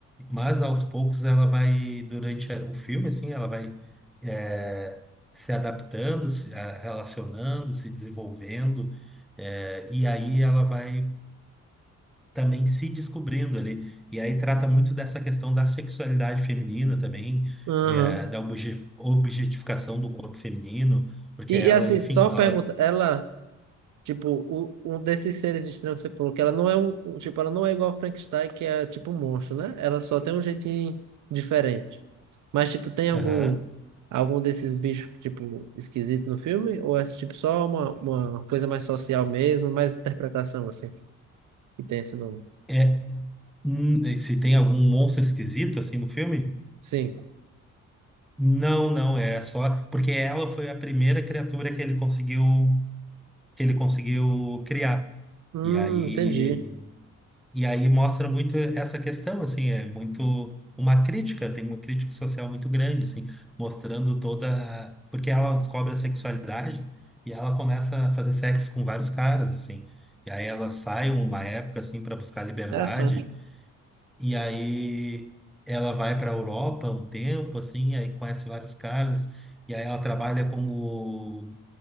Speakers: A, in the centre; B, on the right.
A: mas aos poucos ela vai, durante o filme, assim, ela vai eh, se adaptando, se eh, relacionando, se desenvolvendo, eh, e aí ela vai também se descobrindo ali. E aí trata muito dessa questão da sexualidade feminina também,
B: uhum.
A: de, eh, da obje- objetificação do corpo feminino, porque
B: E,
A: ela,
B: e assim,
A: enfim,
B: só
A: quando
B: pergunta,
A: ela
B: ela Tipo, o, um desses seres estranhos que você falou, que ela não é um, um- tipo, ela não é igual a Frankenstein, que é tipo um monstro, né? Ela só tem um jeitinho diferente. Mas, tipo, tem algum
A: Aham.
B: algum desses bichos, tipo, esquisito no filme? Ou é, tipo, só uma, uma coisa mais social mesmo, mais interpretação, assim, que tem esse nome?
A: É, hum, e se tem algum monstro esquisito assim no filme?
B: Sim.
A: Não, não, é só porque ela foi a primeira criatura que ele conseguiu que ele conseguiu criar.
B: Hum,
A: E aí
B: entendi.
A: e aí mostra muito essa questão assim, é muito uma crítica, tem uma crítica social muito grande assim, mostrando toda a- porque ela descobre a sexualidade e ela começa a fazer sexo com vários caras assim. E aí ela sai uma época assim para buscar liberdade
B: Interessante.
A: E aí ela vai para a Europa um tempo, assim, aí conhece vários caras, e aí ela trabalha como,